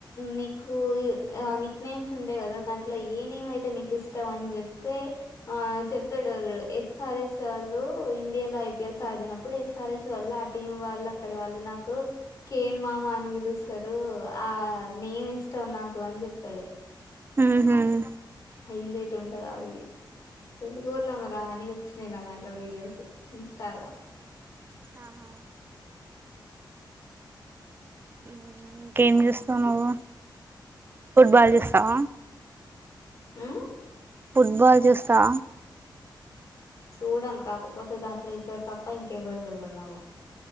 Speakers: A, on the left (about 40°); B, on the right (about 25°).
A: నీకు అ నిక్ నేమ్స్ ఉంటాయి కదా దాంట్లో ఏ నేమ్ అయితే నీకు ఇష్టం అని చెప్తే ఆ చెప్తడు ఎస్ ఆర్ ఎస్ ఓళ్ళు ఇండియా లొ ఐపీఎల్స్ ఆడినప్పుడు ఎస్ ఆర్ హెచ్ వాళ్ళు ఆ టీమ్ వాళ్ళు అక్కడ వాళ్ళు నాకు కేన్ మామ అని పిలు లుస్తరు ఆ నేమిష్టం నాకు అని చెప్తడు
B: ఉహ్మ్
A: హైలెట్ ఉంటదావీడియో ఎందుగొల్లో మరాని వచ్చినయి నా దాంట్లో వీడియోస్ ఇంస్టాలో
B: అవును ఉమ్ ఇంకేం చూస్తనవు ఫుట్బాల్ చూస్తావ
A: ఉమ్
B: ఫుట్బాల్ చూస్తవ
A: సుడన్ కాకపోతే దాంట్లో ఇద్దరు తప్ప ఇంకెవ్వరు తెలివదు నాగు